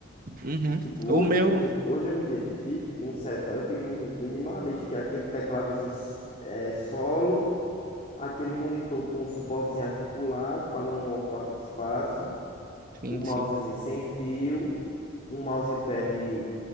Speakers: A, on the right; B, on the left.
A: uhum.
B: E tipo, hoje
A: O meu...
B: eu me, iden- hoje eu me identifico com um setup mini- minimalista, que é aquele tecladozinho s- é, solo, aquele monitor com um suportezinho articulado para não ocupar tanto espaço,
A: Sim,
B: o mousezinho
A: sim.
B: sem fio, um mousepad